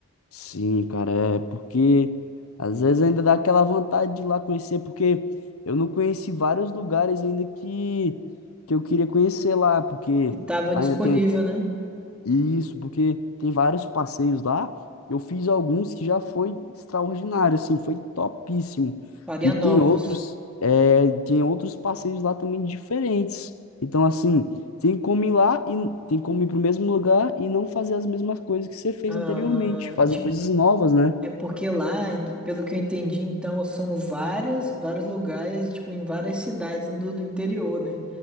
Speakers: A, on the left (about 75°); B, in the centre.
A: Sim, cara, é porque às vezes ainda dá aquela vontade de ir lá conhecer, porque eu não conheci vários lugares ainda que, que eu queria conhecer lá, porque
B: Que tava
A: ainda
B: disponível,
A: tem
B: né?
A: Isso, porque tem vários passeios lá. Eu fiz alguns que já foi extraordinário, assim, foi topíssimo.
B: Faria
A: E
B: novos.
A: tem outros, é, tem outros passeios lá também diferentes. Então, assim, tem como ir lá e tem como ir para o mesmo lugar e não fazer as mesmas coisas que você fez
B: Ah,
A: anteriormente, fazer
B: tipo,
A: coisas novas, né?
B: é porque lá, em- pelo que eu entendi, então, são várias, vários lugares, tipo, em várias cidades do, do interior, né?